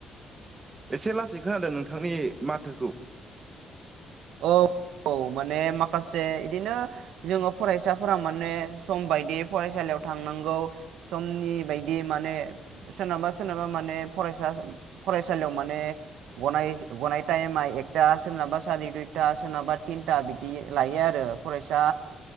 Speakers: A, on the right; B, on the right.
A: एसे लासै खोनादों नोंथांनि माथोखौ
B: औ औ माने माखासे बिदिनो जोङो फरायसाफोरा माने सम बायदि फरायसालियाव थांनांगौ समनि बायदि माने सोरनाबा सोरनाबा माने फरायसा फरायसालियाव माने गनाय गनाय टाइमा एकथा सोरनाबा सारि दुइ था सोरनाबा थिनथा बिदि लायो आरो फरायसा